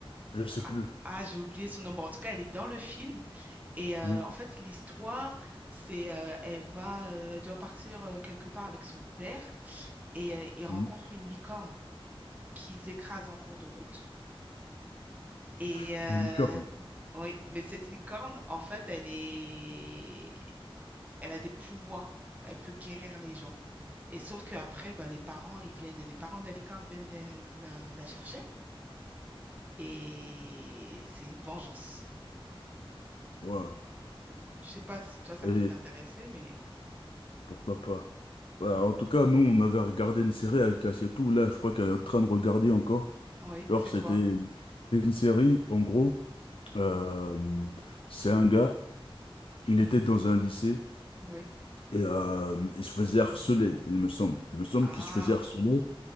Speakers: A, on the left; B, on the right.
A: Je sais
B: Ah,
A: plus.
B: ah, j'ai oublié son nom. Bon, en tout cas, elle est dans le film. Et euh,
A: Une-
B: en fait, l'histoire, c'est euh, elle va, euh, elle doit partir euh, quelque part avec son père et euh, ils rencontrent
A: une-
B: une licorne qu'ils écrasent en cours de route. Et
A: <laughs>
B: euh,
A: licorne.
B: oui, mais cette licorne, en fait, elle est, elle a des pouvoirs. Elle peut guérir les gens. Et sauf qu'après, bah, les parents, ils viennent, les parents de la licorne viennent la, la- la chercher. Et c'est vengeance.
A: Ouais.
B: Je sais pas si toi, ça
A: Et
B: peut t'intéresser, mais
A: pourquoi pas. Bah, en tout cas, nous, on avait regardé une série avec Asietou. Là, je crois qu'elle est en train de regarder encore.
B: oui,
A: Genre,
B: c'est
A: c'était
B: quoi?
A: c'est une série, en gros. euh, c'est un gars, il était dans un lycée
B: Oui.
A: et euh, il se faisait harceler, il me semble. Il me semble
B: Ah,
A: qu'il se faisait harceler.